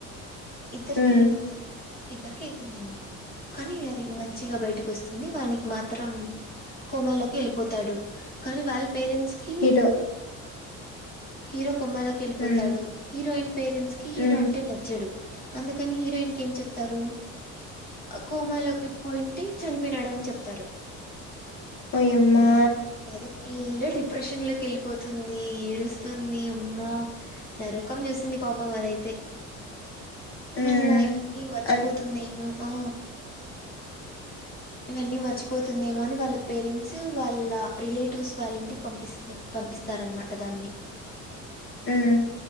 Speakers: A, on the left (about 30°); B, on the left (about 45°).
A: ఇద్దరుకి
B: ఉమ్
A: ఇతునా ఇద్దరిక అవుతుందేమో కానీ అది మంచిగా బయటకు వస్తుంది వానికి మాత్రం కోమలోకి వెళ్ళిపోతాడు కానీ వాళ్ళ పేరెంట్స్ కి
B: హీరో
A: హీరో కోమాలోకి వెళిపోతాడు
B: ఉమ్
A: హీరోయిన్ పేరెంట్స్ కి హీరో
B: ఉమ్
A: అంటే నచ్చడు అందుకని హీరోయిన్ కి ఏం చెప్తారు కోమలోకి పోయింటే చనిపోనాడని చెప్తారు
B: ఓయమ్మా
A: అది అది పిల్ డిప్రెషన్ లోకి వెళ్ళిపోతుంది ఏడుస్తుంది ఉమ్మో నరకం చూసింది పాపం అదైతే
B: ఉమ్
A: మళ్ళా ఇవన్నీ మర్చిపోతుందేమో
B: అన్
A: ఆ ఇవన్నీ మర్చిపోతుందేమో అని వాళ్ళ పేరెంట్స్ వాళ్ళ రిలేటివ్స్ వాళ్ళ ఇంటికి పంపిస్త పంపిస్తారనమాట దాన్ని
B: ఉమ్